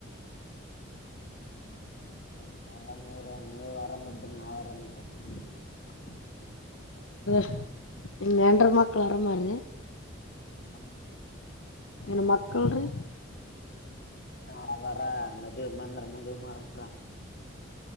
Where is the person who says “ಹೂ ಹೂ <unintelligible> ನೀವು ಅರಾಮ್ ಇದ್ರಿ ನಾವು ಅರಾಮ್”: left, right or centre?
Left